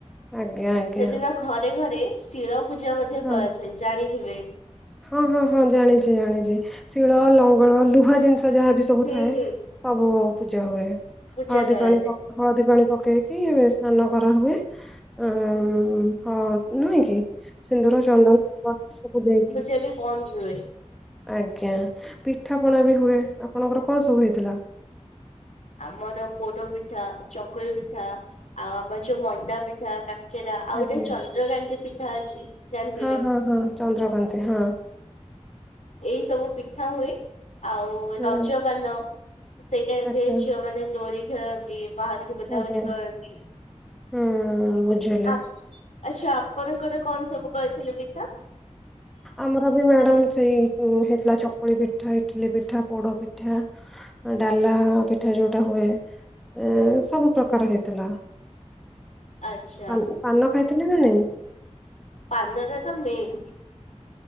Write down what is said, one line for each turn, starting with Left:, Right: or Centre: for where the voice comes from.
Centre: ଆଜ୍ଞା ଆଜ୍ଞା
Left: ସେଦିନ ଘରେ ଘରେ ଶିଳ ପୂଜା ମଧ୍ୟ
Centre: ହଁ
Left: କଆଯାଏ ଜାଣିଥିବେ?
Centre: ହଁ ହଁ ହଁ ଜାଣିଚି ଜାଣିଚି ଶିଳ ଲଙ୍ଗଳ ଲୁହା ଜିନିଷ ଯାହାବି ସବୁ
Left: ହୁଁ
Centre: ଥାଏ
Left: ହୁଁ
Centre: ସବୁ ପୂଜା ହୁଏ
Left: ପୂଜା
Centre: ହଳଦୀ
Left: କରାଯାଏ।
Centre: ପାଣି ପ ହଳଦୀ ପାଣି ପକେଇକି ସ୍ନାନ କରାହୁଏ। ଅଁ ହଁ ନୁହେଁ କି ସିନ୍ଦୁର, ଚନ୍ଦନ ସବୁ ଦେଇ
Left: ଯଦି ବନ୍ଦ ହୁଏ।
Centre: ଆଜ୍ଞା ପିଠାପଣା ବି ହୁଏ ଆପଣଙ୍କର କଁ ସବୁ ହେଇଥିଲା?
Left: ଆମର ପୋଡ ପିଠା, ଚକୁଳି ପିଠା, ଆଉ ଆମର ଯୋଉ ମଣ୍ଡା ପି ଠା କାକେରା ଆଉ
Centre: ଆଜ୍ଞା
Left: ଗୋଟେ ଚନ୍ଦ୍ରକାଙ୍କି ପିଠା ଅଛି। ଜାଣିଥିବେ।
Centre: ହଁ ହଁ ହଁ ଚନ୍ଦ୍ରକାନ୍ତି ହଁ।
Left: ଏଇ ସବୁ ପିଠା ହୁଏ ଆଉ
Centre: ହୁଁ
Left: ରଜପାନ ସେଇ ଟାଇମରେ
Centre: ଆଚ୍ଛା
Left: ଝିଅ ମାନେ ଦୋରି ଖେଳନ୍ତି ବାହାରୁକୁ ବୁଲାବୁଲି
Centre: ଆଜ୍ଞା।
Left: କରନ୍ତି।
Centre: ହୁଁ। ବୁଝିଲେ
Left: ଆ ଆଚ୍ଛା ଆପଣଙ୍କର କଣ ସବୁ କରିଥିଲେ ପିଠା?
Centre: ଆମର ବି ମ୍ୟାଡାମ୍ ସେଇ ହେଇଥିଲା ଚକୁଳି ପିଠା, ଇଟିଲି ପିଠା, ପୋଡ଼ପିଠା। ଡା଼ଲା ପିଠା ଯୋଉଟା ହୁଏ। ଏ ସବୁ ପ୍ରକାର ହେଇଥିଲା‌
Left: ଆଚ୍ଛା
Centre: ପା ପାନ ଖାଇଥିଲେ ନା ନାଇଁ?
Left: ପାନ ଟା ତ ମେନ୍।